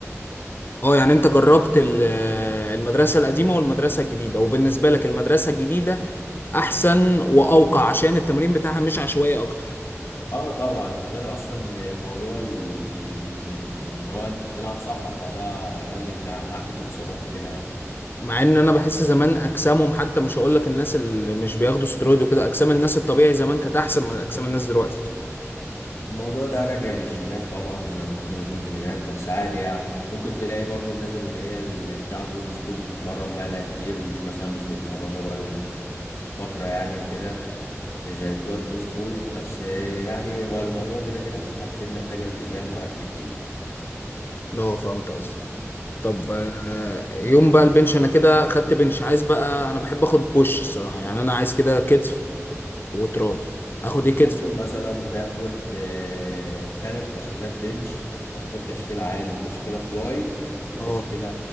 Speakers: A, on the left; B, on the left.
A: اه يعني أنت جربت ال- المدرسة القديمة والمدرسة الجديدة وبالنسبة لك المدرسة الجديدة أحسن وأوقع عشان التمرين بتاعها مش عشوائي أكتر
B: اه طبعا وغير اصلا موضوع ال... ال... ان إن هو انت تلعب صح فده هيقلل مع... معاك الاصابات وكده يعني
A: مع إن أنا بحس زمان أجسامهم حتى مش هقول لك الناس اللي مش بياخدوا سترويد وكده أجسام الناس الطبيعي زمان كانت أحسن من أجسام الناس دلوقتي
B: الموضوع ده راجع للجينات طبعا ممكن يكون جينات بس عادي يعني ممكن تلاقي برضو الناس اللي هي اللي بتاع اولد سكول بتتمرن بقالها كتير مش مثلا مش بيتمرنوا بقالهم فترة يعني كده زي بتوع النيو سكول بس آه، يعني هو الموضوع كده كده في الحالتين محتاج التزام واكل كتير
A: اه فهمت قصدك طب آه، يوم بقى البنش أنا كده خدت بنش عايز بقى أنا بحب آخد بوش الصراحة يعني أنا عايز كده كتف وتراي آخد إيه كتف
B: ممكن مثلا تاخد ثلاث تشكيلات بنش هتاخد تشكيلة عالي وتشكيلة فلاي وتشكيلة
A: اه